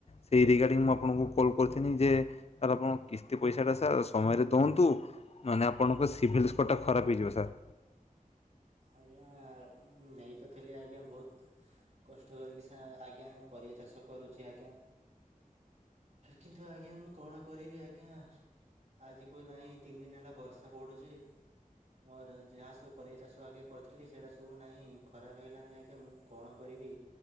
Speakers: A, on the left; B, on the right.
A: ସେଇ ରିଗାର୍ଡିଙ୍ଗ୍ ମୁଁ ଆପଣଙ୍କୁ କଲ୍ କରିଥିନି ଯେ ସାର୍ ଆପଣ କିସ୍ତି ପଇସା ଟା ସାର୍ ସମୟରେ ଦଅନ୍ତୁ। ହନନେଲ ଆପଣଙ୍କ ସିଭିଲ୍ ସ୍କୋର୍ ଟା ଖରାପ୍ ହେଇଯିବ ସାର୍।
B: ଆଜ୍ଞା ମୁ ନେଇ ତ ଥିଲି ଆଜ୍ଞା ବହୁତ୍ କଷ୍ଟ କରିକି ସା ଆଜ୍ଞା ପରିବା ଚାଷ କରୁଛି ଆଜ୍ଞା। କିନ୍ତୁ ଆଜ୍ଞା ମୁଁ କଣ କରିବି ଆଜ୍ଞା। ଆଜି କୁ ନାହିଁ ତିନି ଦିନ ହେଲା ବର୍ଷା ପଡ଼ୁଛି ମୋର ଯାହା ସବୁ ପରିବା ଚାଷ ତ ଆଜ୍ଞା କରିଥିଲି ସେଇଟା ସବୁ ନାହିଁ ଖରାପ୍ ହେଇଗଲାଣି ଆଜ୍ଞା ମୁଁ କଅଣ କରିବି।